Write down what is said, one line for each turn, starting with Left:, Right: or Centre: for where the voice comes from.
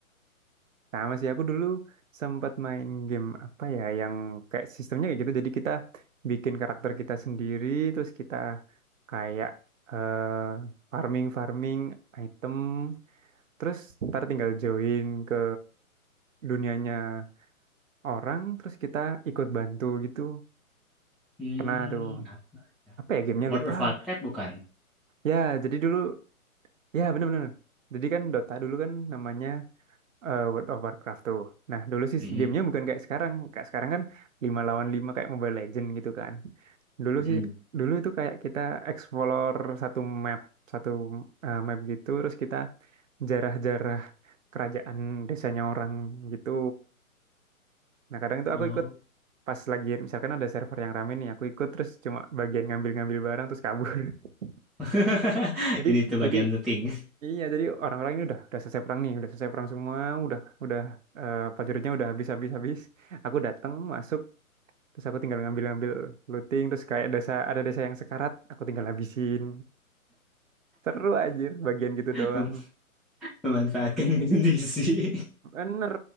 Right: Sama sih aku dulu sempat main game apa ya yang kayak sistemnya kayak gitu. Jadi kita bikin karakter kita sendiri, terus kita kayak eh farming farming item. Terus ntar tinggal join ke dunianya orang, terus kita ikut bantu gitu.
Centre: Hmm,
Right: Pernah tuh.
Centre: apa?
Right: Apa ya gamenya
Centre: World
Right: lupa.
Centre: of Warcraft bukan?
Right: Ya, jadi dulu, ya bener-bener. Jadi kan Dota dulu kan namanya eh, World of Warcraft tuh. Nah, dulu sih
Centre: Mm-mm,
Right: gamenya bukan kayak sekarang. Kayak sekarang kan 5 lawan 5 kayak Mobile Legend gitu kan. Dulu
Centre: mm-mm.
Right: sih, dulu itu kayak kita explore satu map, satu eh, map gitu. Terus kita jarah-jarah kerajaan desanya orang gitu. Nah, kadang itu
Centre: Oh,
Right: aku ikut pas lagi misalkan ada server yang rame nih, aku ikut terus cuma bagian ngambil-ngambil barang terus kabur. <laughs>
Centre: <laughs>
Right: Jadi
Centre: jadi itu bagian
Right: jadi
Centre: looting,
Right: iya, jadi orang-orang ini udah udah selesai perang nih, udah selesai perang semua, udah udah eh, prajuritnya udah habis-habis habis. habis. Aku datang masuk terus aku tinggal ngambil-ngambil looting terus kayak desa ada desa yang sekarat, aku tinggal habisin. Seru anjir bagian gitu
Centre: <laughs>
Right: doang.
Centre: Mem- memanfaatkan kondisi.
Right: Bener.